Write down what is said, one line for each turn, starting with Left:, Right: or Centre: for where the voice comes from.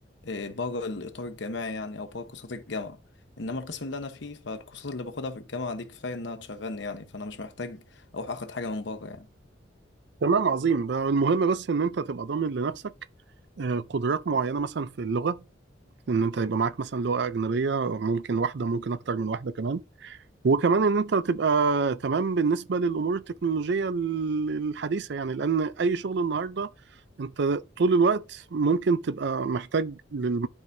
Left: بره الاطار الجامعي يعني او بره كورسات الجامعه انما القسم اللي انا فيه فالكورسات اللي باخدها في الجامعه دي كفايه انها تشغلني يعني فانا مش محتاج اروح اخد حاجه من بره يعني
Right: تمام عظيم بقى المهم بس ان انت تبقى ضامن لنفسك آه، قدرات معينة مثلا في اللغة ان انت يبقى معاك مثلا لغة أجنبية ممكن واحدة ممكن أكتر من واحدة كمان وكمان ان انت تبقى تمام بالنسبة للأمور التكنولوجية ال- الحديثة يعني لأن أي شغل النهاردة انت طول الوقت ممكن تبقى محتاج لل